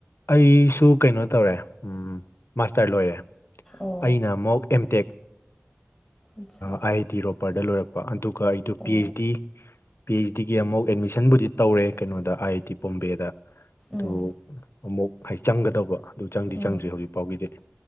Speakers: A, on the left; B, in the centre.
A: ꯑꯩꯁꯨ ꯀꯩꯅꯣ ꯇꯧꯔꯦ ꯎꯝ ꯃꯥꯁꯇꯔ ꯂꯣꯏꯔꯦ
B: ꯑꯣ
A: ꯑꯩꯅ ꯑꯃꯨꯛ ꯑꯦꯝ ꯇꯦꯛ
B: ꯑꯠꯆꯥ
A: ꯑꯥꯏ ꯑ ꯇꯤ ꯔꯣꯄꯔꯗ ꯂꯣꯏꯔꯛꯄ ꯑꯗꯨꯒ ꯑꯩꯗꯨ ꯄꯤ
B: ꯑꯣ
A: ꯑꯩꯆ ꯗꯤ ꯄꯤ ꯑꯩꯆ ꯗꯤꯒꯤ ꯑꯃꯨꯛ ꯑꯦꯗꯃꯤꯁꯟꯕꯨꯗꯤ ꯇꯧꯔꯦ ꯀꯩꯅꯣꯗ ꯑꯥꯏ ꯑꯥꯏ ꯇꯤ ꯄꯣꯝꯕꯦꯗ ꯑꯗꯨ
B: ꯎꯝ
A: ꯑꯃꯨꯛ ꯍꯥꯏ ꯆꯪꯒꯗꯕ ꯑꯗꯨ ꯆꯪꯗꯤ
B: ꯎꯝ
A: ꯆꯪꯗ꯭ꯔꯤ ꯍꯧꯖꯤꯛ ꯐꯥꯎꯕꯤꯔꯛ